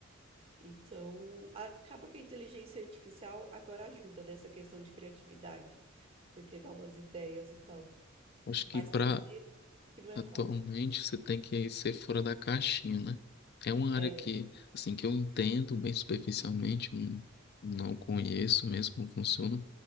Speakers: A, on the right; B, on the left.
A: Então, acaba que a inteligência artificial agora ajuda nessa questão de criatividade, porque dá umas ideias e tal.
B: Acho que
A: Mas
B: para
A: tem dia que não é
B: Atualmente
A: fácil.
B: você tem que ser fora da caixinha, né? É uma área
A: É,
B: que, assim, que eu entendo bem superficialmente, hum, não conheço mesmo como funciona,